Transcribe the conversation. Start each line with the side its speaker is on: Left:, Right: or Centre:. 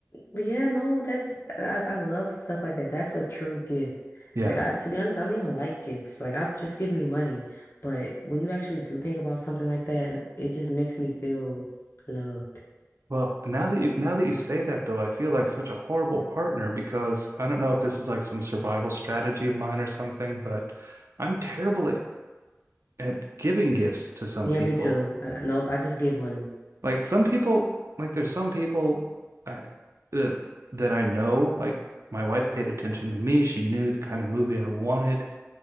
Left: But yeah, no, that's I, I love stuff like that. That's a true gift.
Right: Yeah.
Left: Like I, to be honest, I don't even like gifts. Like I just give me money. But when you actually do think about something like that, and it just makes me feel loved.
Right: Well, now that you now that you say that though, I feel like such a horrible partner because I don't know if this is like some survival strategy of mine or something, but I'm terrible at at giving gifts to some
Left: Yeah,
Right: people.
Left: me too. I, I- nope, I just give money.
Right: Like some people, like there's some people I that that I know, like my wife paid attention to me. She knew the kind of movie I wanted.